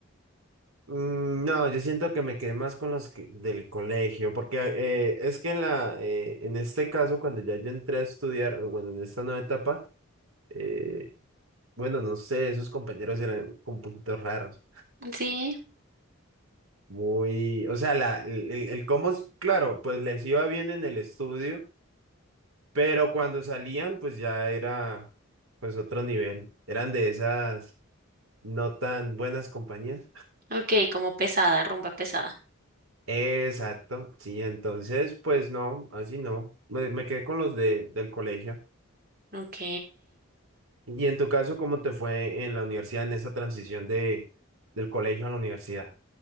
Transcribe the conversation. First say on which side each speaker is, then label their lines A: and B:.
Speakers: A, on the right (about 80°); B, on the right (about 45°).
A: Mm, No, yo siento que me quedé más con los que- del colegio, porque eh, es que en la, eh, en este caso, cuando ya yo entré a estudiar, o bueno, en esta nueva etapa, eh, bueno, no sé, esos compañeros eran un poquito raros,
B: Sí.
A: muy, o sea, la, el, el- el cómo, es- claro, pues les iba bien en el estudio, pero cuando salían, pues ya era, pues otro nivel, eran de esas no tan buenas compañías.
B: Ok, como pesada, rumba pesada.
A: Exacto, sí, entonces, pues no, así no. Me, me quedé con los de, del colegio.
B: Ok.
A: Y en tu caso, ¿cómo te fue en la universidad, en esa transición de, del colegio a la universidad?